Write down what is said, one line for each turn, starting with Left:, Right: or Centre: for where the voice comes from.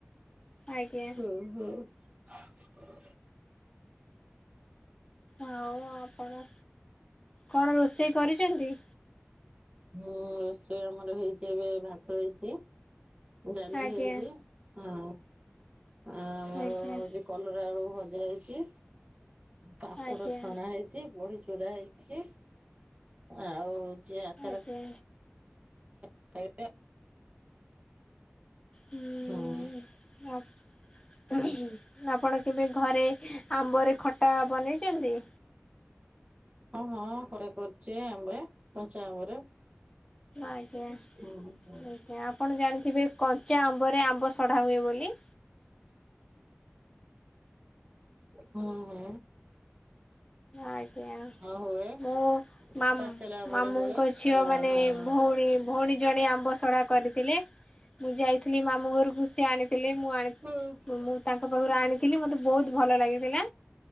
Left: ଆଜ୍ଞା
Right: ହ ହୁଁ।
Left: ଆଉ ଆପଣ କଣ ରୋଷେଇ କରିଚନ୍ତି?
Right: ମୁଁ ରୋଷେଇ ଆମର ହେଇଚି ଏବେ ଭାତ ହେଇଚି ଡାଲି
Left: ଆଜ୍ଞା
Right: ହେଇଚି ହଁ ଆ ଆମର
Left: ଆଜ୍ଞା
Right: ହଉଚି କଲରା ଆଳୁ ଭଜା ହେଇଚି ପାମ୍ପଡ
Left: ଆଜ୍ଞା
Right: ଛଣା ହେଇ ଚି ବଢି ଚୁରା ହେଇଚି ଆଉ ଆଚାର
Left: ଆଜ୍ଞା।
Right: <unintelligible>
Left: ହୁଁ
Right: ହଁ।
Left: ଆପ୍ ଆପଣ କେବେ ଘରେ ଆମ୍ବରେ ଖଟା ବନେଇଚନ୍ତି?
Right: ହଁ ହଁ ଘରେ କରଚେ ଆମ୍ବ କଞ୍ଚା ଆମ୍ବରେ।
Left: ଆଜ୍ଞା
Right: ହୁଁ ହୁଁ
Left: ଆଜ୍ଞା ଆପଣ ଜାଣିଥିବେ କଞ୍ଚା ଆମ୍ବରେ ଆମ୍ବସଢା ହୁଏ ବୋଲି।
Right: ହଁ ହଁ।
Left: ଆଜ୍ଞା
Right: ହୁଏ
Left: ମୁଁ ମାମ୍
Right: ପାଚେଲା ଆମ୍ବରେ
Left: ମାମୁଙ୍କ
Right: ହୁଏ।
Left: ଝିଅ
Right: ହଁ
Left: ମାନେ
Right: ହଁ।
Left: ଭଉଣୀ ଭଉଣୀ ଜଣେ ଆମ୍ବ ସଢା କରିଥିଲେ। ମୁଁ ଯାଇଥିଲି ମାମୁଁ ଘରକୁ ସେ ଆଣିଥିଲେ। ମୁଁ ଆଣି
Right: ହୁଁ।
Left: ମୁଁ ମୁଁ ତାଙ୍କ ପାଖୁରୁ ଆଣିଥିଲି ମତେ ବୋହୁତ ଭଲ ଲାଗିଥିଲା